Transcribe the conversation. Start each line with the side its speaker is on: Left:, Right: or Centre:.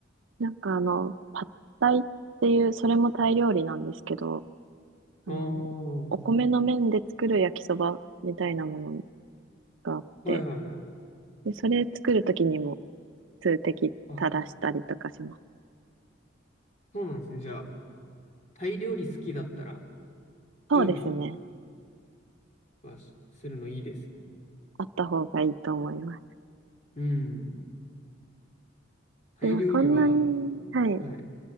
Right: なんかあの、パッタイっていう、それもタイ料理なんですけど、
Left: あー、
Right: あの、お米の麺で作る焼きそばみたいなものがあって、
Left: はいはいはい。
Right: で、それ作るときにも数滴垂らしたりとかします。
Left: あ、そうなんですね。じゃあ、タイ料理好きだったら、
Right: そうですね。
Left: 常備はすするのいいですね。
Right: あった方がいいと思います。
Left: うん。タイ料理は、
Right: でもそんなに、はい、
Left: はい。